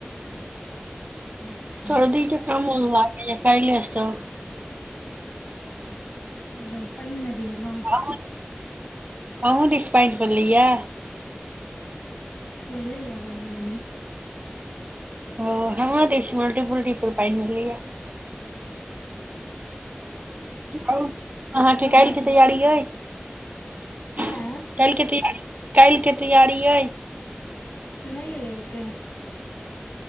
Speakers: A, on the left; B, on the right.
A: अच्छा
B: सर्दी छै काम हो लागै छै कहिलसँ
A: ओ पानि में भीजलहुँ
B: अ अँ बोलैऐ
A: भेलेयै य अगन मने
B: ओ हमरा देश मल्टीपुल्टीपुल पानि मिलैया आउ अहाँके
A: कोनो
B: काल्हिके
A: बात नहि
B: तैयारी अय काल्हि
A: ऐं
B: के तैयार काल्हिके तैयारी अइ
A: नहि ओते